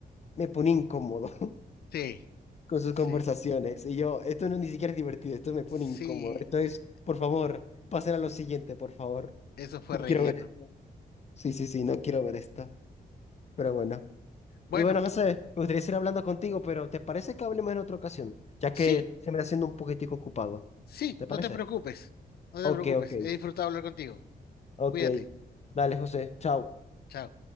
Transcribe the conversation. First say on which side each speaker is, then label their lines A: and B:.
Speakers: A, on the left; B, on the left.
A: me pone incómodo.
B: sí,
A: con sus
B: sí,
A: conversaciones. Y yo, esto no ni siquiera es divertido, esto me pone
B: sí,
A: incómodo. Esto es,
B: eh,
A: por favor, pasen a lo siguiente, por favor.
B: eso fue
A: No
B: relleno.
A: quiero ver. e-". Sí, sí, sí, no quiero ver esta. Pero bueno.
B: Bueno,
A: Y bueno, José, me gustaría seguir hablando contigo, pero ¿te parece que hablemos en otra ocasión? Ya
B: sí.
A: que se me está haciendo un poquitico ocupado.
B: Sí,
A: ¿Te
B: no
A: parece?
B: te preocupes, no te
A: Ok,
B: preocupes.
A: ok,
B: He disfrutado hablar contigo.
A: ok.
B: Cuídate.
A: Dale, José, chao.
B: Chao.